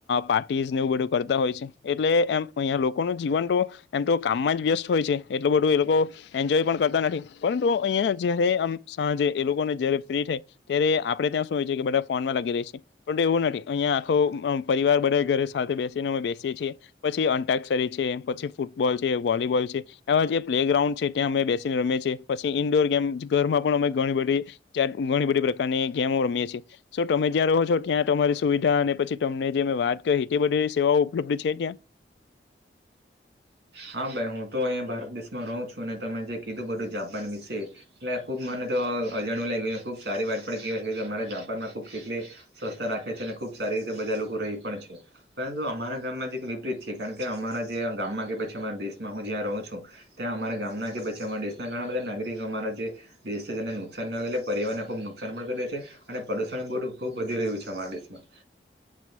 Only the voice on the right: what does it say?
હા ભાઈ હું તો અહીંયા ભારત દેશમાં રહું છું ને તમે જે કીધું બધું જાપાન વિશે એટલે ખુબ મને તો અજાણવું લાગ્યું ખુબ સારી વાત પણ કેવાય છે કે તમારે ખબ કેટલી સ્વસ્થતા રાખે છે અને ખુબ સારી રીતે બધા લોકો રહી પણ છે પરંતુ અમારા ગામમાં જે એક વિપરીત છે કારણ કે અમારા જે ગામમાં કે પછી અમારા દેશમાં હું જ્યાં રહું છું ત્યાં અમારા ગામના કે પછી અમારા દેશના ઘણા બધા નાગરિકો અમારા જે જે તેને નુકસાન નલે પ્રિયાવરણ ને ખુબ નુકસાન પણ કરે છે અને પ્રદુષણ બો ખૂબ વધી રહ્યું છે અમારા દેશમાં